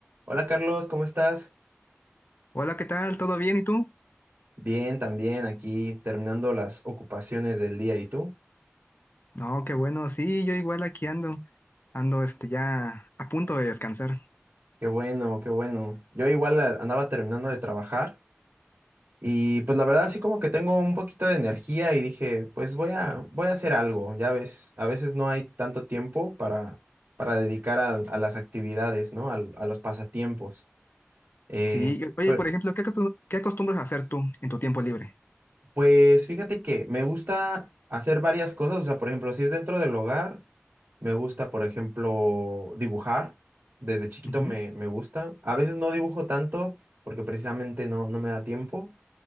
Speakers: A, on the right; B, on the left.
A: Hola Carlos, ¿cómo estás?
B: Hola, ¿qué tal? ¿Todo bien? ¿Y tú?
A: Bien, también aquí terminando las ocupaciones del día. ¿Y tú?
B: No, qué bueno. Sí, yo igual aquí ando. Ando este ya a punto de descansar.
A: Qué bueno, qué bueno. Yo igual a- andaba terminando de trabajar y pues la verdad así como que tengo un poquito de energía y dije, pues voy a, voy a hacer algo. Ya ves, a veces no hay tanto tiempo para, para dedicar a, a las actividades, ¿no? Al- A, los pasatiempos. Eh,
B: Sí, o- oye,
A: pero,
B: por ejemplo, ¿qué, acostum- qué acostumbras a hacer tú en tu tiempo libre?
A: pues fíjate que me gusta hacer varias cosas. O sea, por ejemplo, si es dentro del hogar. Me gusta, por ejemplo, dibujar. Desde chiquito
B: Ujú.
A: me, me gusta. A veces no dibujo tanto porque precisamente no, no me da tiempo,